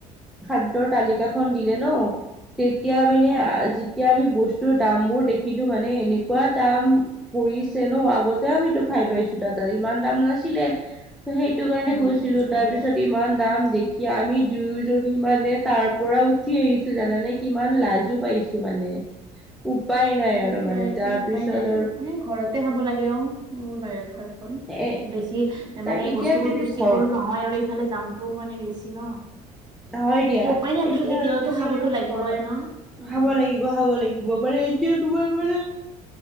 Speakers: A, in the centre; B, on the right (about 20°).
A: খাদ্যৰ তালিকাখন দিলে ন তেতিয়া মানে
B: হয়,
A: আজ আমি বস্তুৰ দামবোৰ দেখিলো মানে এনেকুৱা দাম পৰিছে ন আগতে আমিতো খাই পাইছো তাত ইমান দাম নাছিলে সেইটো কাৰণে
B: উম,
A: গৈছিলো
B: হয়
A: তাৰ
B: দিয়া।
A: পিছত ইমান দাম সিয়া আমি দুয়োজনী মানে
B: অ',
A: তাৰ পৰা উঠি আহিছো জানানে কিমান লাজো পাইছো মানে উপায় নাই
B: সেইটোৱে
A: মানে
B: আৰু এতিয়া
A: তাৰ
B: উপায়
A: পিছত
B: নাই আৰু মানে ঘৰতে খাব লাগে অ' এইবোৰ বাহিৰত খোৱাতকৈ
A: এ
B: বেছি
A: তাই
B: মানে
A: এতিয়া
B: বস্তুবোৰ
A: তুমি
B: পুষ্টি
A: ঘৰ
B: কৰো নহয় আৰু এইফালে দামটোও মানে বেছি ন।
A: হয় দিয়া
B: এতিয়া উপায় নাই দেচোন
A: এতিয়া
B: কেতিয়াবাতো
A: আৰু তুমি
B: খাবতো
A: আৰু
B: লাগিবই
A: ঘৰত
B: ন? উম।
A: খাব লাগিব খাব লাগিব, মানে এয়া তোমাৰ মানে,